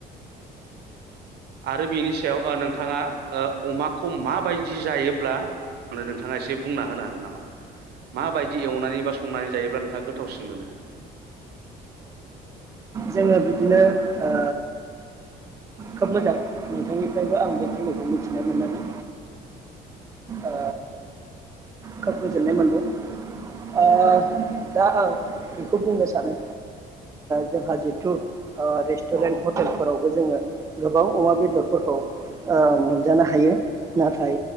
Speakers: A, on the right (about 75°); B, on the right (about 20°).
A: आरो बेनि सायाव ओ नोंथाङा ओ अमाखौ माबायदि जायोब्ला नोंथाङा एसे बुंना होनो हागोन नामा माबायदि एवनानै बा संनानै जायोब्ला नोंथाङा गोथावसिन मोनो?
B: जोंङो बिदिनो ओ खोब मोजां नोंथांनिफ्रायबो आं बेखिनिखौ मिथिनो मोननानै। ओ खोब गोजोननाय मोनदों ओ दा आं बेखौ बुंनो सानो जोंहा ओ जिथु। ओ रेस्टुरेन्ट
A: औ
B: हटेलफोरावबो जोंङो गोबां अमा। बेदरफोरखौ ओ मोनजानो हायो नाथाय